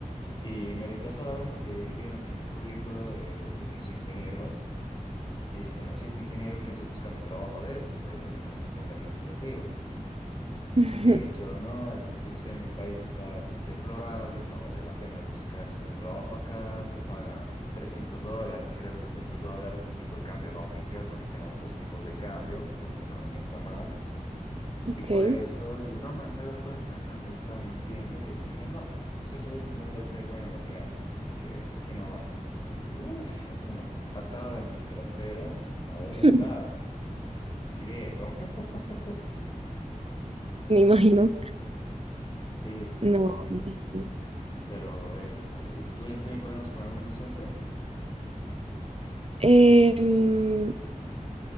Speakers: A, on the left; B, on the right.
A: Y me rechazaron porque vieron que mi currículo eh, decía que soy ingeniero Y dijeron, sí, es ingeniero que hace buscando trabajo de esto, de un asistente administrativo.
B: <laughs>
A: Y yo le he dicho, no, es que la situación en mi país está deplorable, no vale la pena buscarse un trabajo acá, te pagan 300 dólares, creo 200 dólares, el tipo de cambio no oficial, porque tenemos dos tipos de cambio, porque la economía está mal.
B: Ok,
A: Y por eso, y no me han traído el cuento, pensaban que le estaba mintiendo y me dijeron, no, estoy seguro que no debes ser bueno en lo que haces, así que hasta aquí nomás. Y se como que, uff, ha sido una patada en el trasero, me ha dolido
B: <laughs>
A: en el alma. ¿Tienes idea cómo? <laughs>
B: me imagino.
A: Sí, sí,
B: No.
A: sí, no.
B: no.
A: Pero eso, ¿y tú has tenido problemas con algún docente?
B: Em,